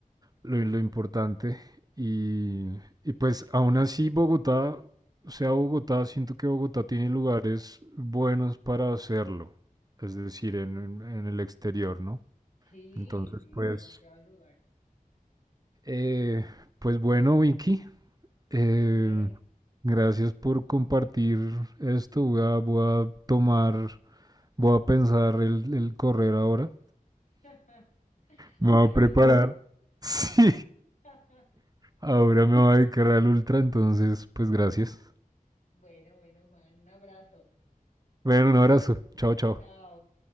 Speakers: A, on the right (about 25°); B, on the left (about 60°).
A: lo, lo importante. Y, y pues aún así Bogotá, o sea Bogotá, siento que Bogotá tiene lugares buenos para hacerlo, es decir, en, en en el exterior, ¿no?
B: sí,
A: Entonces,
B: sí,
A: pues...
B: demasiados lugares.
A: Eh, pues bueno, Vicky, Eh,
B: Bueno,
A: gracias por compartir esto. Voy a, voy a tomar, voy a pensar el, el correr ahora.
B: <laughs>
A: Me
B: hacer
A: voy a preparar.
B: ultras.
A: <laughs> Sí,
B: <laughs>
A: ahora me voy a dedicar al ultra, entonces, pues gracias.
B: Bueno, bueno, Juan, un abrazo.
A: Bueno, un abrazo. Chao, chao.
B: Chao.